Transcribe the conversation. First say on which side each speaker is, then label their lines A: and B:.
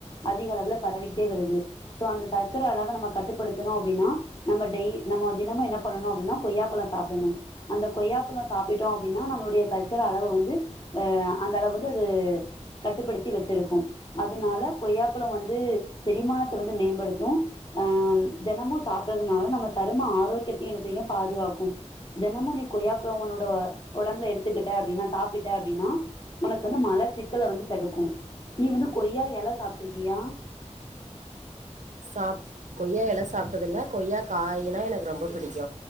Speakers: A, on the left (about 35°); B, on the right (about 80°).
A: அதிக அளவுல பரவிக்கிட்டே வருது சோ அந்த சக்கர அளவ நம்ம கட்டுப்படுத்தணு அப்டின்னா நம்ம டெய் நம்ம தினமு என்ன பண்ணனு அப்டின்னா கொய்யாப்பழ சாப்பிடணு அந்த கொய்யாப்பழோ சாப்பிட்டோ அப்டின்னா நம்மளுடைய சக்கர அளவு வந்து எ அந்த அளவு வந்து அது கட்டுப்படுத்தி வச்சிருக்கு அதனால கொய்யாப்பழ வந்து செரிமானத்த வந்து மேம்படுத்து அ தெனமு சாப்படுறதுனால நம்ம சரும ஆரோக்கியத்தையு என்ன செய்யு பாதுகாக்கு தெனமு நீ கொய்யாப்பழோ உன்னோட ஒடம்புல எடுத்துக்கிட்ட அப்டின்னா சாப்பிட்ட அப்டின்னா உனக்கு வந்து மல சிக்கல வந்து தடுக்கு நீ வந்து கொய்யா எல சாப்ட்ருக்கியா
B: சாப் கொய்யா எல சாப்ட்டது இல்ல கொய்யா காயினா எனக்கு ரொம்ப பிடிக்கு